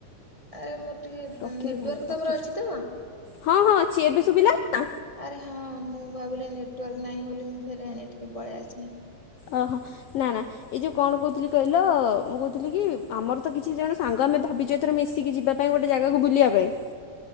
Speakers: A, on the right; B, on the left.
A: ଆରେ ମୋର ଟିକେ,
B: ରଖିଦବାନି
A: ନେଟ୍ ୱାର୍କ ତମର
B: ରଖି
A: ଅଛି ତ?
B: ହଁ ହଁ ଅଛି ଏବେ ଶୁଭିଲା ନା
A: ଆରେ ହଁ, ମୁଁ ଭାବିଲି ନେଟ୍ ୱାର୍କ ନାହିଁ ବୋଲି ମୁଁ ଫେର୍ ଆଡେ ଟିକେ ପଳେଇ ଆସିନି।
B: ଓହୋ, ନା ନା। ଏଇ ଯୋଉ କଣ କହୁଥିଲି କହିଲ, ମୁଁ କହୁଥିଲି କି, ଆମର ତ କିଛି ଜଣ ସାଙ୍ଗ ଆମେ ଭାବିଚେ ଧର ମିଶିକି ଯିବା ପାଇଁ ଗୋଟେ ଜାଗାକୁ ବୁଲିଆ ପାଇଁ।